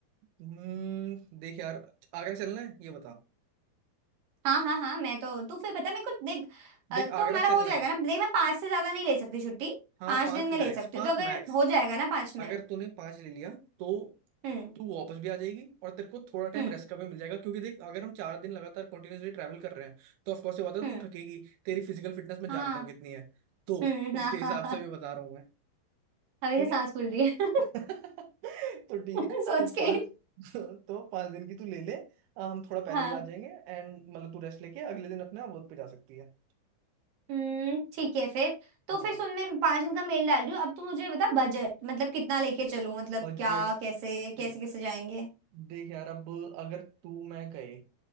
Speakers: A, on the right; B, on the right.
A: हम्म देख यार आगरा चलना है ये बता
B: हाँ हाँ हाँ मैं तो तू फिर बता मेरे को देख अ,
A: देख
B: तो
A: आगरा
B: हमारा हो
A: चलना
B: जाएगा
A: है
B: ना देख मैं पाँच से ज्यादा नहीं ले सकती छुट्टी
A: हाँ
B: पाँच
A: पांच
B: दिन में
A: मैक्स
B: ले सकती
A: पांच
B: हूँ तो अगर
A: मैक्स
B: हो जाएगा ना पाँच में
A: अगर तूने पांच ले लिया तो
B: हम्म
A: तू वापस भी आ जाएगी और तेरे को थोड़ा टाइम
B: हम्म
A: रेस्ट का भी मिल जाएगा क्योंकि देख अगर हम चार दिन लगातार कंटिन्यूसली ट्रैवल कर रहे हैं तो ऑफकोर्स ये बात है
B: हम्म
A: तू थकेगी तेरी फिजिकल फिटनेस मैं
B: हाँ
A: जानता हूँ कितनी है तो
B: हम्म
A: उसके
B: हाँ
A: हिसाब
B: हाँ हाँ
A: से भी बता रहा हूँ मैं
B: अभी
A: ठीक
B: से सांस
A: है
B: फूल रही है
A: <laughs> तो ठीक
B: <laughs>
A: है
B: सोच
A: तो
B: के
A: पाँच
B: ही।
A: <laughs> तो पाँच दिन की तू ले ले आ, हम थोड़ा पहले
B: हाँ
A: ही आ जाएंगे एंड मतलब तू रेस्ट लेके अगले दिन अपने वर्क पे जा सकती है
B: हम्म ठीक है फिर तो
A: हाँ
B: फिर सुन मैं पाँच दिन का मेल डाल रही हूँ अब तू मुझे बता बजट मतलब कितना लेके चलूँ मतलब
A: बजट
B: क्या कैसे कैसे
A: देख
B: कैसे जाएंगे
A: देख यार अब अगर तू मैं गए